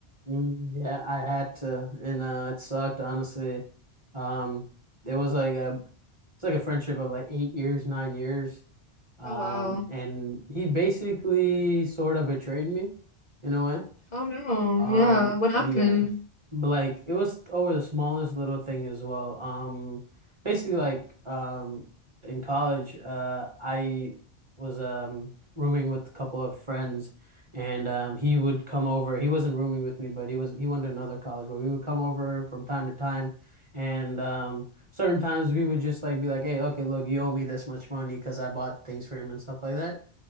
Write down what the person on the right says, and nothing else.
Mm, yeah, I had to and uh it sucked honestly. Um it was like a it's like a friendship of like 8 years, 9 years. Um
and he basically sort of betrayed me in a way.
Um,
yeah.
But like it was over the smallest little thing as well. Um, basically like um in college, uh I was um rooming with a couple of friends and um he would come over. He wasn't rooming with me, but he was he went to another college, but we would come over from time to time and um certain times we would just like be like, "Hey, okay, look, you owe me this much money because I bought things for him and stuff like that."